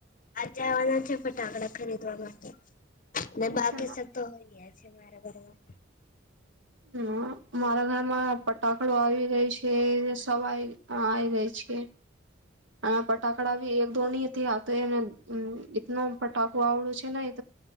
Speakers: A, on the left; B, on the right.
A: આજ જવાના છે ફટાકડા ખરીદવા માટે ન બાકી
B: છે
A: સબ તો હોય છે મારેબરમાં
B: હમ મારા ઘરમાં ફટાકડો આવી ગઈ છે સબ આવી ગઈ છે. અને ફટાકડા બી એક ધો થી આ તોને હમ એટનું ફટાકું આવડું છે ને એ